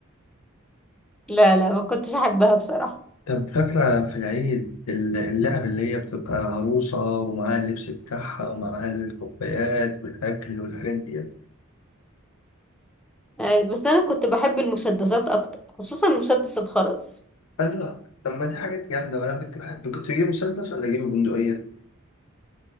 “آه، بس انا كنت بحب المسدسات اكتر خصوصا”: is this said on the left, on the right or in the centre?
Centre